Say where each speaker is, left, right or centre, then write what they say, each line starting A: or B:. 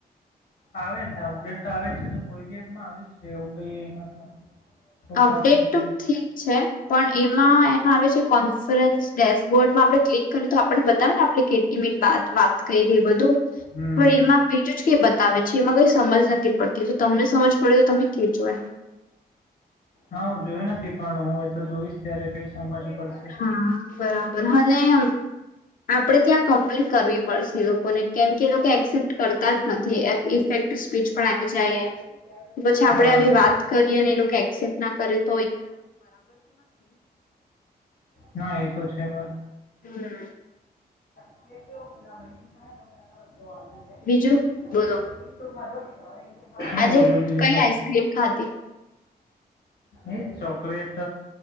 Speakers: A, on the left (about 75°); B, on the left (about 55°).
A: આવે જ ને અપડેટ તો આવે છે, ને કોઈ બી એપમાં આવે જ છે. એવું કઈ એમાં તો બહુ
B: અપડેટ
A: ખાસ નથી
B: તો ઠીક છે. પણ એમાં એમ આવે છે, કોન્ફરન્સ ડેશબોર્ડ માં આપણે ક્લિક કર્યું તો આપણે બતાવે ને કે આપણે કેટલી મિનિટ વાત કરી એ બધું
A: હમ
B: ભૂઇલ મા બીજું જ કે બતાવે છે. એમાં કઈ સમજ નથી પડતી તો તમને સમજ પડે તો તમે કે જોય એમ
A: હા હું જોયું નથી પણ હું એ તો જોઈશ ત્યારે કઈ સમજ પડશે
B: હા બરાબર હલે એમ આપણે ત્યાં કમ્પ્લેન કરવી પડશે લોકોને કેમ કે એ લોકો એક્સેપ્ટ કરતા જ નથી ઇફેક્ટ ટુ સ્પીચ પણ આપી જાય એમ
A: <unintelligible>
B: પછી આપડે
A: હા.
B: આવી વાત કરીએ અને એ લોકો એક્સેપ્ટ ના કર્યો
A: ના એતો છે મત
B: હમ
A: <unintelligible> <unintelligible>
B: બીજું બોલો આજે
A: બોલું બીજું
B: કઈ
A: તો
B: આઈસક્રીમ ખાધી
A: એ ચોકલેટ